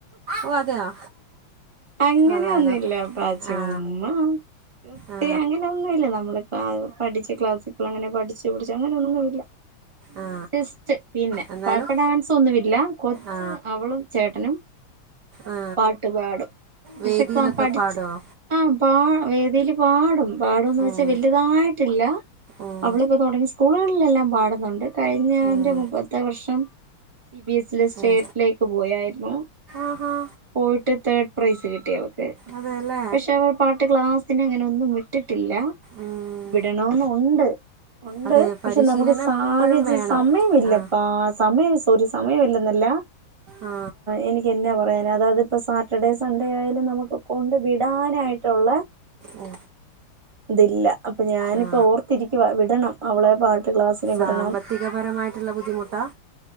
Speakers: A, on the right; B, on the right.
A: ഓ അതെയോ
B: അങ്ങനെന്നുവില്ലപ്പാചുമ്മാ
A: കൊള്ളാലോ ആ
B: <unintelligible>
A: ആ
B: അങ്ങനെ ഒന്നുവില്ല നമ്മളോ <unintelligible> പഠിച്ച ക്ലാസ്സിപ്പളങ്ങനെ പഠിച്ചു പഠിച്ചു അങ്ങനൊന്നുല്ല
A: ആ
B: ജസ്റ്റ് പിന്നെ
A: എന്നാലും
B: പാട്ട ഡാൻസ് ഒന്നുവില്ല കൊച്ച്
A: ആ
B: അവളും ചേട്ടനും
A: ആ
B: പാട്ട് പാടും വിശക്ക്വം
A: വേദിയിലൊക്കെ
B: പഠിച്ച്
A: പാടുമോ
B: ആ പാ വേദിയില് പാടും പാടൊന്നു
A: ഉം,
B: വെച്ചാ വെല്ല്യതായിട്ടില്ല
A: ഉം,
B: അവളിപ്പോ തൊടങ്ങി സ്കൂളുകളി ല്ലാം പാട്ന്നുണ്ട് കഴിഞ്ഞന്റെ
A: ഉം,
B: മുൻപ്പത്തെ വർഷം സി ബി എസ് ലെ സ്റ്റേറ്റിലേക്ക്
A: ഉം.
B: പോയായിര്ന്നു
A: ആഹാ
B: പോയിട്ട് തേ പ്രൈസ് കിട്ടിയോ <unintelligible>
A: അതെ അല്ലേ
B: പക്ഷെ അവൾ പാട്ട് ക്ലാസ് ഇന്നങ്ങനൊന്നും വിട്ട് ട്ടില്ല
A: ഉം.
B: വിടണൊന്നൊണ്ട് ഒണ്ട്
A: അതെ
B: പക്ഷെ
A: പരിശീലനം
B: നമക്ക് സാഹച
A: എപ്പോഴും വേണം
B: സമയവില്ലപ്പാ
A: ആ
B: സമയ സ് ഒര് സമയമില്ലെന്നല്ല
A: ആ
B: എനിക്ക്ക്കെന്നാ പറയാൻ അതായത് പ്പം സ റ്റർഡേ സൺഡേ ആയാലും നമുക്ക് കൊണ്ട് വിടാനായിട്ടൊള്ളെ
A: ഓ
B: തില്ല അപ്പൊ ഞാനിപ്പോ
A: ആ
B: ഓർത്തിരിക്കുവ വിടണം അവളെ പാട്ട് ക്ലാസിന്
A: സാമ്പത്തികപരമായിട്ടുള്ള
B: വിടണം
A: ബുദ്ധിമുട്ടാ